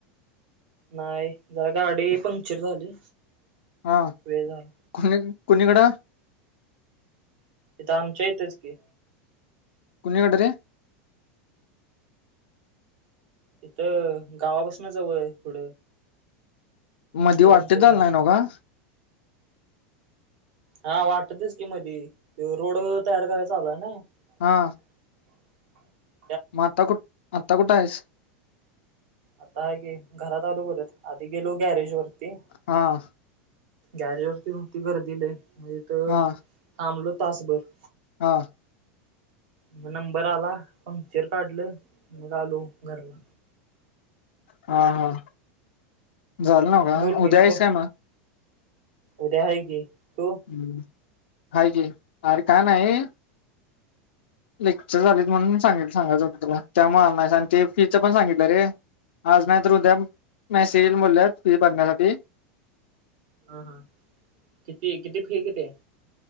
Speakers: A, on the right; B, on the left.
A: नाही जरा गाडी पंक्चर झाली.
B: हा,
A: वेळ झाला.
B: कोणी कोणीकड?
A: इथे आमच्या इथेच की.
B: कुणीकडे रे?
A: इथं, गावापासून जवळ पुढं.
B: मध्ये
A: इथं
B: वाटते
A: पंक्चर झाली.
B: जालनय हो गा.
A: हा वाटतस की मध, ते रोड व तयार करायचा चालू आहेना.
B: हा.
A: <inaudible>
B: मग आता कुठ आता कुठं आहेस?
A: आता आहे की, घरात आलो परत आधी गेलो गॅरेज वरती.
B: हा.
A: गॅरेजवर होती गर्दी लय, तिथ
B: हा
A: थांबलो तासभर.
B: हा.
A: मग नंबर आला, पंक्चर काढलं मग आलो घरला.
B: हा हा, झालं नव का
A: बोल गे
B: उद्यास
A: हो
B: आहे मग?
A: उद्या आहे की, तू?
B: ह् हा क, अर का नाही. लेक्चर झालीत म्हणून मी सांगित सांगायच होतं तुला त्यामुळे आणायचं आणि ते फीच पण सांगितलं रे. आज म त उदय, मेसेज येईल बोलल फी बरण्यासाठी.
A: ह हा, किती किती फी किती?